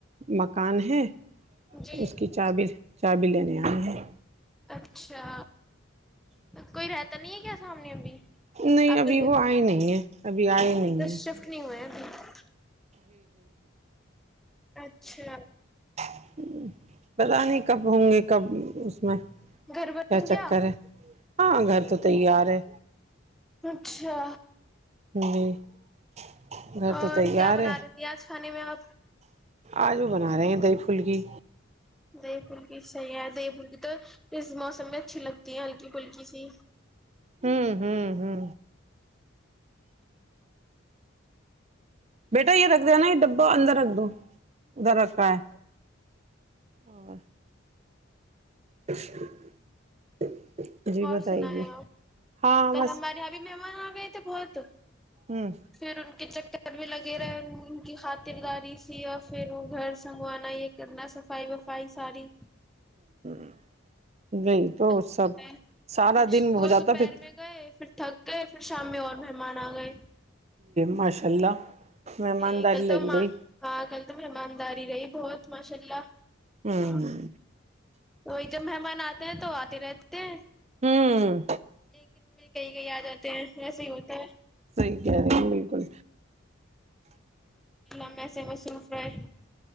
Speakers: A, on the right; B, in the centre.
A: مکان ہے
B: جی
A: اس کی چابیر چار ب لینے آئی ہیں
B: اچھا کوئی رہتا نہیں ہے کیا سامنے ابھی
A: نہیں
B: آپ
A: ابھی
B: نے پھر
A: وہ آئے نہیں ہے ابھی آئے نہیں
B: ادھر
A: ہے
B: شفٹ نہیں ہوئے ابھی اچھا
A: ہمم پتا نہیں کب ہوں گے کب اس میں
B: گھر بن
A: کیا
B: گیا
A: چکر ہے ہاں گھر تو تیار ہے
B: اچھا
A: <inaudible> گھر
B: اور
A: تو تیار
B: کیا بنا
A: ہے
B: رہی تھی آج کھانے میں آپ
A: آج وہ بنا رہے ہیں دہی پھلکی
B: دی پھلکی صحیح ہے دہی پھلکی تو اس موسم میں اچھی لگتی ہے ہلکی پھلکی سی
A: ہممم ہممم ہممم بیٹا یہ رکھ د نا یہ ڈبا اندر رکھ دو ادھر رکھا ہے اور <inaudible>
B: اور
A: بتائیے
B: سنایا آپ
A: ہاں
B: کل
A: بس
B: ہمارے یہاں بھی مہمان آ گئے تھے تو بہت
A: ہوں
B: پھر ان کے چکر بھی لگے رہے ان کی خاطرداری سی اور پھر وہ گھر سنوارنا یہ کرنا صفائی وفائی ساری
A: <inaudible> نہیں تو
B: پھر
A: سب سارا دن
B: وہ
A: ہو جاتا
B: دوپہر
A: پھر
B: میں گئے پھر تھک گئے پھر شام میں اور مہمان آ گئے
A: ماشاء اللہ مہمانداری
B: جی کل
A: لگی
B: تو
A: رہی
B: ہاں کل تو مہمانداری رہی بہت ماشاء اللہ
A: ہممم
B: ہاں وہی جب مہمان آتے ہیں تو آتے رہتے ہیں
A: ہمممم
B: ایک دن میں کہیں کہیں آ جاتے ہیں ایسے ہی ہوتا
A: صحیح کہہ رہے ہیں بالکل
B: اللہ سے مصروف رہے